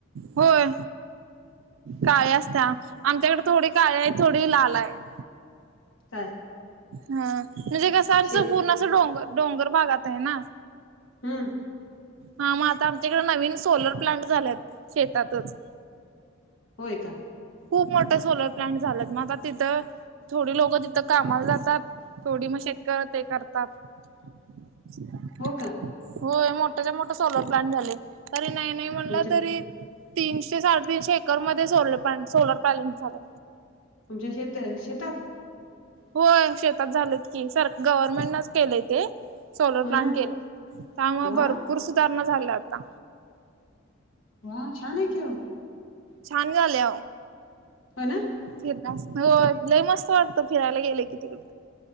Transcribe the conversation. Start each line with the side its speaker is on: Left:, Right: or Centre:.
Right: होय काळ्या असत्या आमच्याकडे थोडी काळी आहे थोडी लाल आहे
Left: काय
Right: हा म्हणजे कसं आमचं
Left: शेत
Right: पूर्ण अस डोंगर डोंगर भागात आहे ना
Left: हम्म
Right: हा मग आता आमच्याकडें नवीन सोलर प्लांट झालेत शेतातच
Left: होय का
Right: खूप मोठं सोलर प्लांट झालात मग आता तिथं थोडी लोकं तिथं कामाला जातात थोडी मग शेतकऱ ते करतात अ
Left: हो का
Right: होय मोठ्याच्या मोठ सोलर प्लांट झाले तरी नाही नाही म्हणलं
Left: तुमच्या
Right: तरी
Left: ते
Right: तीनशे साडेतीीनशे एकरमध्येध्ये स सोलर पॅलेंट झाला
Left: तुमच्या शेत शेतात
Right: होय शेतात झालंत की सर गव्हर्नमेंट नच केलंय ते सोलर
Left: हा
Right: प्लांट केले त्यामुळे
Left: वा
Right: भरपूर सुधारणा झाल्या आता
Left: वा नाही केिव
Right: छान झाले
Left: हो ना
Right: फिर हो लई मस्त वाटत फिरायला गेले की तिकडे